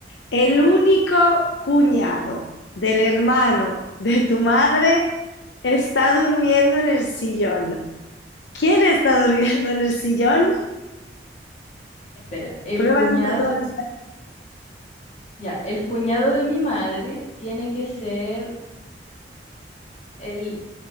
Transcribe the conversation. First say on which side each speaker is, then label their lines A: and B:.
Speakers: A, on the left; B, on the left.
A: El único cuñado del hermano de tu madre está durmiendo en el sillón. ¿Quién está durmiendo en el sillón?
B: Espera, el
A: Prueba
B: cuñado,
A: psicotónica
B: ya, el cuñado de mi madre tiene que ser el,